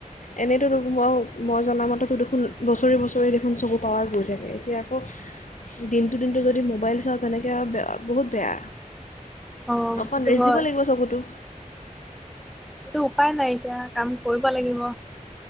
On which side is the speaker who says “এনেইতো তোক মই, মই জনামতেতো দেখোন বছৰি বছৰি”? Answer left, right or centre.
Left